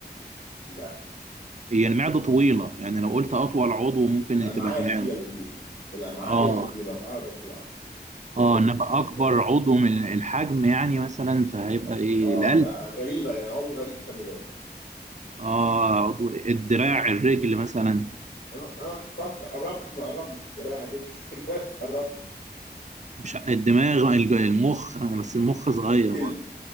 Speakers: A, on the left; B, on the right.
A: لا
B: هي المعده طويله يعني لو قلت اطول عضو ممكن
A: الامعاء
B: تبقى المعده
A: هي اللي طويله الامعاء
B: اه
A: هي اللي طويله الامعاء الرفيعه
B: اه
A: هي اللي
B: ان
A: طويله
B: ابقى اكبر
A: ده
B: عضو من الحجم يعني مثلا فهيبقى ايه
A: اه
B: القلب
A: ده غريبه يعني عضو غريب خلي بالك
B: اه عضو الدراع الرجل مثلا
A: اه اه فكر قربنا قربنا دراع رجل <laughs> قربنا
B: مش الدماغ الج- المخ آه، بس المخ صغير
A: الجلد
B: برضه